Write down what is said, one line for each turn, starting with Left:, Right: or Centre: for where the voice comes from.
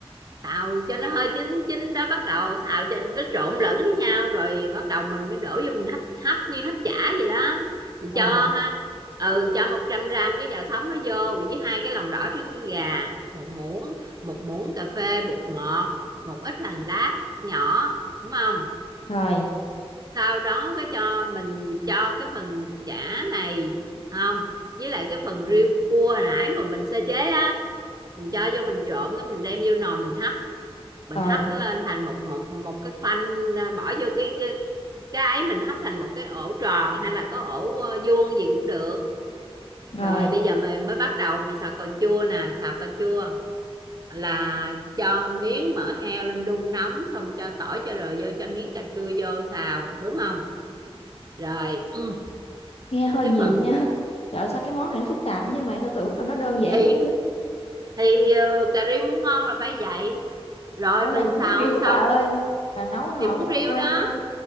Right: xào cho nó hơi chín chín đó bắt đầu xào cho nó trộn lẫn với nhau rồi bắt đầu mình mới đổ vô mình hấp hấp như hấp chả vậy đó mình
Left: ờ
Right: cho ha ừ cho 100 gram cái giò sống nó vô với hai cái lòng đỏ trứng gà một muỗng một muỗng cà phê bột ngọt một ít hành lá nhỏ đúng không
Left: rồi
Right: sau đó cái cho mình cho cái phần chả này không với lại cái phần riêu cua hồi nãy mà mình sơ chế á mình cho vô mình trộn cái mình đem vô nồi mình hấp mình
Left: rồi
Right: hấp nó lên thành một một một cái khoanh à, bỏ vô cái cái, cái ấy mình hấp thành một cái ổ tròn hay là có ổ ờ, vuông gì cũng được
Left: rồi
Right: rồi bây giờ mình mới bắt đầu mình xào cà chua nè xào cà chua là cho miếng mỡ heo lên đun nóng xong cho tỏi cho rồi vô cho miếng cà chua vô xào đúng không rồi <clears throat>
Left: nghe hơi
Right: cái
Left: nhiều
Right: phần
Left: nha <laughs> trời ơi, sao cái món này nó phức tạp vậy mà tao tưởng tao nó đơn giản
Right: thi
Left: lắm chứ
Right: thì ờ, cà ri muốn ngon là phải vậy rồi
Left: món
Right: mình
Left: này
Right: xào
Left: vốn ghi
Right: xong
Left: bà ơi bà nấu hồi
Right: thì bún
Left: cái bà
Right: riêu
Left: quên
Right: đó
Left: luôn